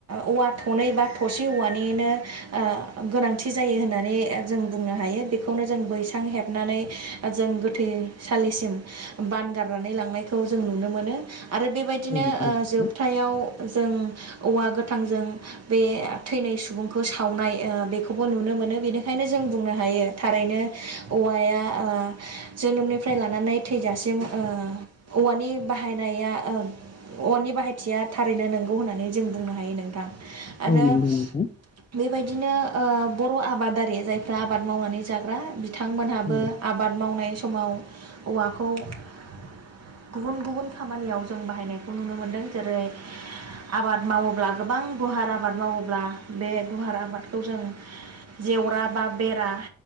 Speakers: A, on the right; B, on the left.
A: औवा थनै बा थरसि औवानिनो गोनांथि जायो होननानै जों बुंनो हायो बेखौनो जों बैसां हेबनानै जों गोथैसालिसिम बान गारनानै लांनायखौ जों नुनो मोनो। आरो बेबायदिनो
B: औ नंगौ
A: ओ
B: नोंथां
A: जोबथायाव जों औवा गोथांजों बे थैनाय सुबुंखौ सावनाय बेखौबो नुनो मोनो। बेनि खायनो जों बुंनो हायो थारैनो औवाया ओ जोनोमनिफ्राय लानानै थैजासिम ओ औवानि बाहायनाया औवानि बाहायथिया थारैनो नंगौ होननानै जों बुंनो हायो नोंथां। आरो
B: औ
A: बे
B: नंगौ नोंथां
A: बेबायदिनो ओ बर' आबादारि जायफ्रा आबाद मावनानै जाग्रा बिथांमोनहाबो
B: औ
A: आबाद मावनाय सम समाव औवाखौ बा बेरा